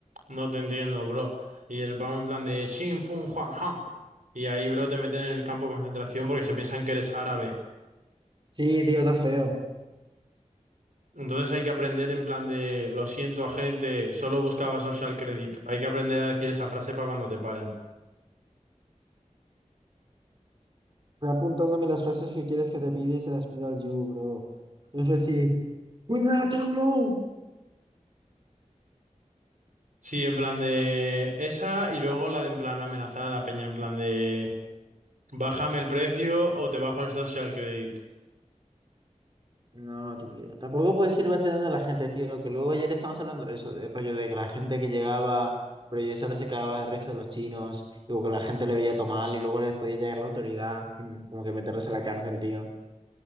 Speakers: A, on the right; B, on the right.
A: no te entiendo, bro. Y el pavo en plan de xin fun huan han. Y ahí, bro, te meten en el campo de concentración porque se piensan que eres árabe.
B: Sí, tío, todo feo.
A: Entonces hay que aprender en plan de, lo siento, agente, solo buscaba social credit. Hay que aprender a decir esa frase para cuando te paren.
B: Voy apuntándome las frases que quieres que te pida y se las pido al You, bro. Es decir, ¡Cuidado, Tauro!
A: Sí, en plan de esa y luego la de en plan amenazar a la peña, en plan de... Bájame el precio o te bajo el social credit.
B: No, tío. Tampoco puedes ir vacilando a la gente, tío. Que luego ayer estamos hablando de eso, de rollo de que la gente que llegaba, pero yo solo se cagaba de risa de los chinos, y como que la gente le veía tomar y luego les podía llegar la autoridad y como que meterlos a la cárcel, tío.